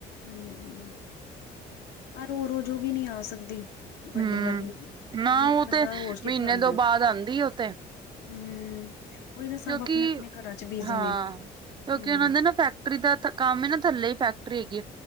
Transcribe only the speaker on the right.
ਹੂੰ,
ਨਾ
ਤੇ
ਮਹੀਨੇ
ਤੋਂ ਬਾਅਦ ਆਂਦੀ ਉਹ ਤੇ
ਕਿਉਂਕਿ
ਹਾਂ,
ਕਿਉਂਕਿ
ਉਹਨਾਂ ਦੇ ਨਾ ਫੈਕਟਰੀ ਦਾ ਕੰਮ ਹੀ ਨਾ ਥੱਲੇ ਹੀ ਫੈਕਟਰੀ ਹੈਗੀ ਆ।